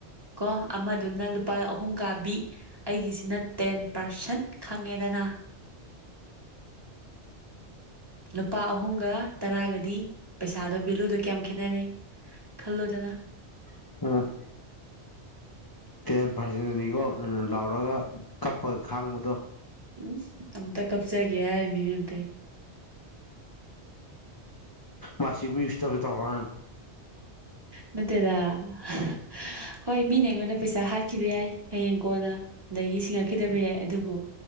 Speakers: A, on the right (about 20°); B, on the left (about 25°).
A: ꯀꯣ꯫ ꯑꯃꯗꯨꯅ ꯂꯨꯄꯥ ꯑꯍꯨꯝ ꯀꯥꯕꯤ꯫ ꯑꯩꯒꯤꯁꯤꯅ ꯇꯦꯟ ꯄꯥꯔꯁꯟ꯫ ꯈꯪꯉꯦꯗꯅ? ꯂꯨꯄꯥ ꯑꯍꯨꯝꯒ ꯇꯔꯥꯒꯗꯤ ꯄꯩꯁꯥꯗꯣ ꯚꯦꯂꯨꯗꯣ ꯀꯌꯥꯝ ꯈꯦꯠꯅꯔꯦ? ꯈꯜꯂꯣꯗꯅ?
B: ꯎꯝ ꯇꯦꯟ ꯄꯥꯔꯁꯦꯟꯗꯨꯅꯤꯀꯣ ꯎꯝ ꯂꯥꯎꯔꯒ ꯀꯞꯄꯒ ꯈꯥꯡꯕꯗꯣ꯫
A: ꯎꯝ ꯑꯝꯇ ꯀꯞꯆꯒꯦ ꯍꯥꯏꯔꯤꯃꯤꯅꯦ ꯑꯝꯇ ꯑꯩ꯫
B: ꯃꯥꯁꯤ ꯃꯤ ꯎꯁꯤꯠꯇꯕꯖ‌ꯦ ꯇꯧꯔꯛꯀꯅ‌ꯣ ꯍꯥꯏ <inaudible>
A: ꯅꯠꯇꯦꯗꯥ <unintelligible> ꯍꯣꯏ ꯃꯤꯅ ꯑꯩꯉꯣꯟꯗꯩ ꯄꯩꯁꯥ ꯍꯥꯠꯈꯤꯕ ꯌꯥꯏ ꯍꯌꯦꯡ ꯀꯣꯟꯅ ꯑꯗꯒꯤ ꯁꯤꯡꯉꯛꯈꯤꯗꯕ ꯌꯥꯏ ꯑꯗꯨꯕꯨ